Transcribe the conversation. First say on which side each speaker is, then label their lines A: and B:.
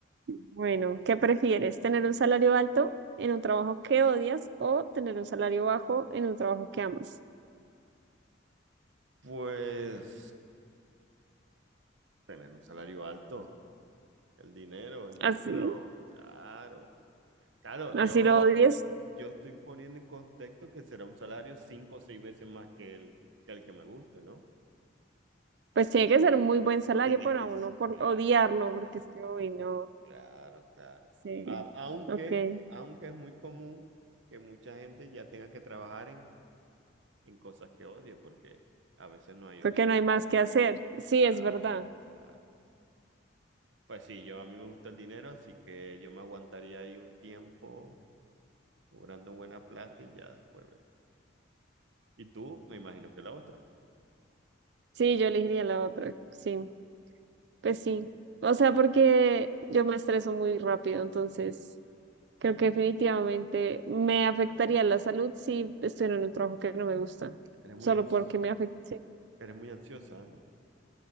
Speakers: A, on the right; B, on the right.
A: Bueno, ¿qué prefieres? ¿Tener un salario alto en un trabajo que odias o tener un salario bajo en un trabajo que amas?
B: Pues, tener un salario alto. El dinero, el
A: Así,
B: dinero, claro. Claro,
A: así
B: yo,
A: lo odies,
B: yo estoy poniendo en contexto que será un salario cinco o seis veces más que el, que el que me guste, ¿no?
A: pues tiene que ser muy buen salario
B: Tiene
A: para
B: que
A: uno
B: ser,
A: por
B: claro,
A: odiarlo, porque es que, uy, no,
B: claro, claro.
A: sí,
B: A- aunque,
A: ok.
B: aunque es muy común que mucha gente ya tenga que trabajar en, en cosas que odia, porque a veces no hay
A: porque
B: opción.
A: no hay más que hacer. Sí,
B: Claro,
A: es verdad.
B: claro. Pues sí, yo a mí me gusta el dinero, así que yo me aguantaría ahí un tiempo cobrando buena plata y ya después veo. Y tú, me imagino que la otra.
A: Sí, yo elegiría la otra. Sí, pues sí. O sea, porque yo me estreso muy rápido, entonces creo que definitivamente me
B: Es
A: afectaría
B: verdad.
A: la salud si estuviera en un trabajo que no me gusta,
B: Eres muy,
A: solo
B: ans-
A: porque me afecte.
B: eres muy ansiosa, Ana.